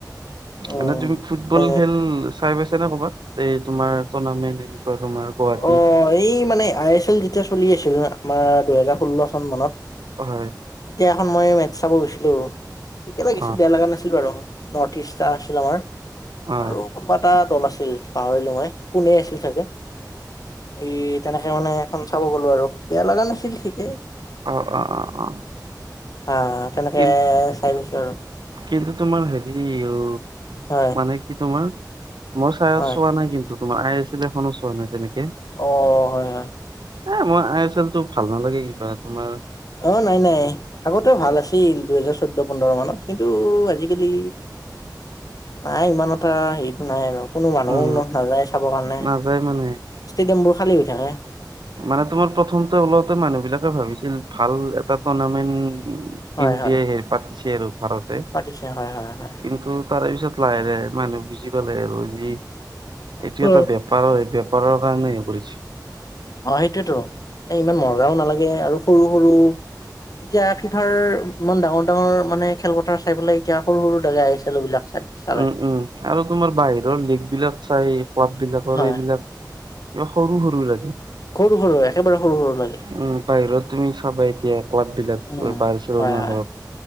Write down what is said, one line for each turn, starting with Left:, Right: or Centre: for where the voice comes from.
Left: উম
Right: মানে তুমি ফুটবল
Left: তাকে।
Right: খেল চাই পাইছা নে কবাত এই তোমাৰ টুৰ্ণামেন্ট এনেকোৱা তোমাৰ গুৱাহাটীত
Left: অ এই মানে আই এছ এল যেতিয়া চলি আছিল ন আমাৰ দুহেজাৰ ষোল্ল চন মানত
Right: হয়
Left: তেতিয়া এখন মই মেটচ চাব গৈছিলো ঠিকে লাগিছিল
Right: অ',
Left: বেয়া লগা নাছিল বাৰু নৰ্থ ইষ্টটা আছিল আমাৰ
Right: অ',
Left: আৰু কোনোবা এটা দল আছিল পাহৰিলো মই পুনে আছিল চাগে এই তেনেকে মানে এখন চাব গলো আৰু বেয়া লগা নাছিল ঠিকেই
Right: অ অ অ অ
Left: অ তেনেকে
Right: কিন
Left: চাই পাইছো আৰু
Right: কিন্তু তোমাৰ হেৰি অ
Left: হয়
Right: মানে কি তোমাৰ মই চাই
Left: হয়
Right: চোৱা নাই কিন্তু তোমাৰ আই এছ এল এখনো চোৱা নাই তেনেকে
Left: অ হয় হয়।
Right: এ মই আই এছ এল টো ভাল নালাগে কিবা তোমাৰ
Left: অ নাই, নাই আগতেও ভাল আছিল দুহেজাৰ চৈধ্য পোন্ধৰ মানত কিন্তু আজি কালি নাই ইমান এটা হেৰিটো নাই আৰু কোনো মানুহো
Right: উম,
Left: ন নাযায় চাবৰ কাৰণে
Right: নাযায় মানে।
Left: ষ্টেডিয়ামবোৰ খালী হৈ থাকে
Right: মানে তোমাৰ প্ৰথমতে ওলাওঁতে মানুহ বিলাকে ভাবিছিল ভাল এটা টুৰ্ণামেন্ট
Left: হয়
Right: ইণ্ডিয়াই
Left: হয়
Right: হেৰি পাতিছে! আৰু ভাৰত
Left: পাতিছে! হয়, হয়, হয়!
Right: কিন্তু তাৰে পিছত লাহে লাহে মানুহ বুজি পালে! আৰু যি এইটো
Left: হয়।
Right: এটা বেপাৰৰ হয়! এই বেপাৰৰ কাৰণে হেই কৰিছি!
Left: অ', সেইটোয়েতো মানে ইমান মজাও নালাগে! হে আৰু সৰু -সৰু এতিয়া ফিফাৰ ইমান ডাঙৰ ডাঙৰ মানে খেলপথাৰ চাই পেলাই এতিয়া সৰু সৰু জেগা খেল বিলাক চাই। চালে
Right: উম, উম আৰু তোমাৰ বাহিৰৰ লীগ বিলাক চাই কোৱাব বিলাকৰ
Left: হয়
Right: এইবিলাক- কিবা সৰু, সৰু লাগে!
Left: সৰু সৰু একেবাৰে সৰু সৰু লাগে।
Right: উ বাহিৰত তুমি চাবা এতিয়া ক্লাববিলাক
Left: উম
Right: বাৰছিল
Left: হয়
Right: ন
Left: হয়
Right: ঘৰত-